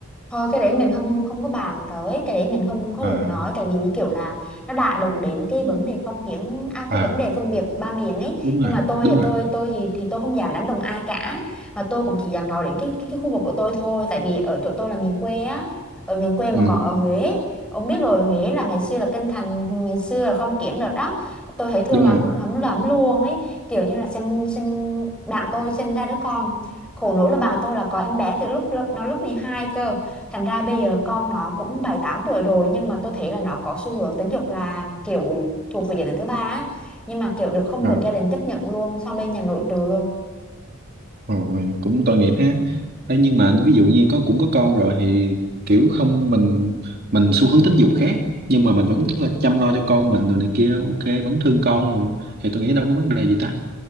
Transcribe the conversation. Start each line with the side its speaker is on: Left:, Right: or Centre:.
Centre: Thôi cái đấy mình không không có bàn tới cái đấy mình không có
Right: à
Centre: được nói tại vì như kiểu là nó đã đụng đến cái vấn đề phong kiến à,
Right: à
Centre: cái vấn đề phân biệt ba miền ấy
Right: đúng rồi
Centre: nhưng mà tôi
Right: đúng
Centre: thì
Right: rồi
Centre: tôi tôi thì thì tôi không dám đánh đồng ai cả mà tôi cũng chỉ dám nói đến cái cái, cái khu vực của tôi thôi tại vì ở chỗ tôi là miền quê á ở miền quê mà
Right: ừ
Centre: còn ở Huế ông biết rồi Huế là ngày xưa là kinh thành ngày xưa là phong kiến rồi đó tôi thấy thương
Right: đúng
Centre: lắm
Right: rồi
Centre: lắm lắm luôn ấy kiểu như là sinh sinh bạn tôi sinh ra đứa con khổ nỗi là bạn tôi là có em bé từ lúc lớp- nó lớp 12 cơ Thành ra bây giờ con nó cũng bảy tám tuổi rồi nhưng mà tôi thấy là nó có xu hướng tính dục là kiểu thuộc về gia đình thứ ba á. Nhưng mà kiểu được không
Right: à,
Centre: được gia đình chấp nhận luôn, xong bên nhà nội trừ luôn.
Right: rồi cũng tội nghiệp ha Đấy, nhưng mà ví dụ như có cũng có con rồi thì kiểu không mình mình xu hướng tính dục khác nhưng mà mình vẫn là chăm lo cho con mình rồi này kia ok vẫn thương con rồi thì tôi nghĩ đâu có vấn đề gì ta